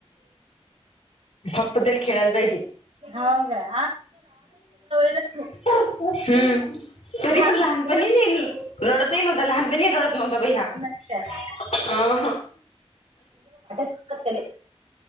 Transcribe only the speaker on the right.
हो काय. नाही
हा
सध्या
तुमच्या असले.